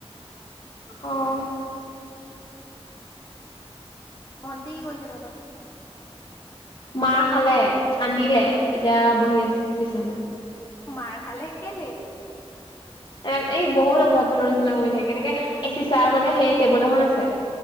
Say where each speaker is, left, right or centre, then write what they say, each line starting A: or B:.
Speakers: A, on the left; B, on the left.
A: অ',
B: ভণ্টি কৰিছে তহঁতক
A: মাৰ খালে কান্দিলে এতিয়া বহি আছে বিচনাত।
B: মাৰ খালে কেলে?
A: এ এই বহুত অভদ্ৰ ৰচনা কৰি থাকে কেনেকে চিচাৰ মানে সেই টেবুল এখন আছে।